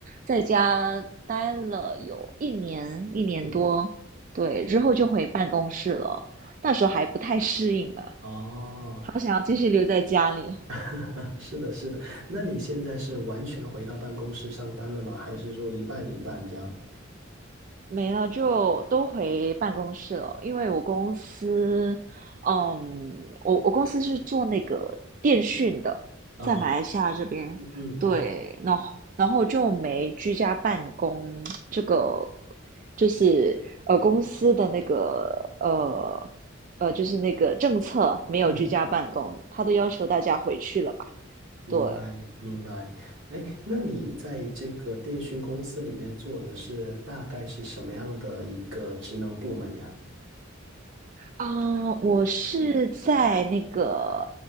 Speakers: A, on the right; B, on the right.
A: 在家待了有一年一年多，
B: 嗯，
A: 对，之后就回办公室了，那时候还不太适应了，
B: 哦，
A: 好想要继续留在家里。
B: <laughs> 是的，是的。那你现在是完全回到办公室上班了吗？还是说一半一半这样？
A: 没了，就都回办公室了。因为我公司，嗯，我我公司是做那个电讯的，
B: 啊，
A: 在马来西亚这边，
B: 嗯嗯嗯
A: 对，然后然后就没居家办公这个，就是呃公司的那个呃呃就是那个政策没有居家办公，
B: 嗯
A: 他都要求大家回去了嘛，
B: 明白，
A: 对。
B: 明白。哎，那你在这个电讯公司里面做的是大概是什么样的一个职能部门呀？
A: 啊，我是在那个